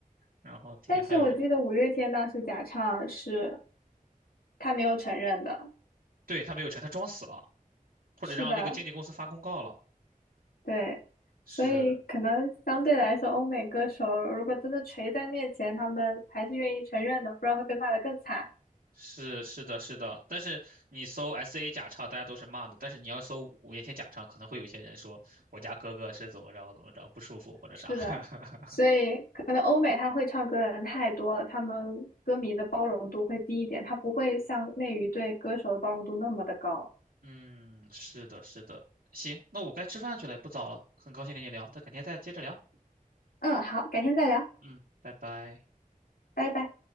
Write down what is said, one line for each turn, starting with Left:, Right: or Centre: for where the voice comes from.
Right: 然后底下还有人，
Left: 但是我记得五月天当时假唱是他没有承认的。
Right: 对，他没有成，他装死了，或者让那个经纪公司发公告了。
Left: 是的，对，
Right: 是
Left: 所以可能相对来说，欧美歌手如果真的锤在面前，他们还是愿意承认的，不然会被骂得更惨。
Right: 是是的，是的。但是你搜 S A 假唱，大家都是骂的。但是你要搜五月天假唱，可能会有些人说我家哥哥是怎么着怎么着不舒服或者啥。
Left: 是的，
Right: <laughs>
Left: 所以可能欧美他会唱歌的人太多了，他们歌迷的包容度会低一点，他不会像内娱对歌手的包容度那么的高。
Right: 嗯，是的，是的。行，那我该吃饭去了，也不早了，很高兴跟你聊，那改天再接着聊。
Left: 嗯，好，改天再聊，
Right: 嗯，拜拜。
Left: 拜拜。